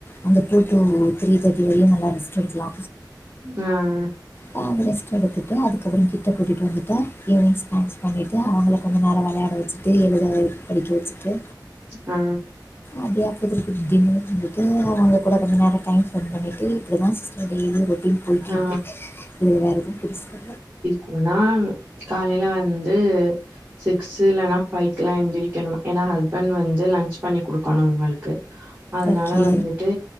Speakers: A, on the left; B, on the right.
A: அந்த டூ டூ த்ரீ தேர்ட்டி வரையு நல்லா ரெஸ்ட் எடுக்லா
B: அ அ
A: அ அவ ரெஸ்ட் எடுத்துட்டு அதுக்கப்பற கிட்ட கூட்டிட்டு வந்துட்டா ஈவினிங் ஸ்நேக்ஸ் பண்ணிட்டு அவங்ள கொஞ்ச நேர வெளையாட வெச்சிட்டு எழுதவே படிக்க வெச்சுட்டு
B: அ
A: அப்டியா <unintelligible> டின்னர் சிஞ்சிட்டு அவங்க கூட கொஞ்ச நேர டைம் ஸ்பெண்ட் பண்ணிட்டு இப்டி தா சீஸ்ட் டெய்லியு ரொட்டீண் போயிட்ருக்கு
B: ஆ
A: இதுல வேறெது புதுசா
B: கொனா காலைல வந்து சிக்ஸ் இல்லன்னா ஃபைவ்க்கலா எந்துரிக்கணு ஏன்னா ஹஸ்பண்ட் வந்து லஞ்ச் பண்ணி குடுக்கணு உங்களுக்கு அதனால
A: ஓகே
B: வந்துட்டு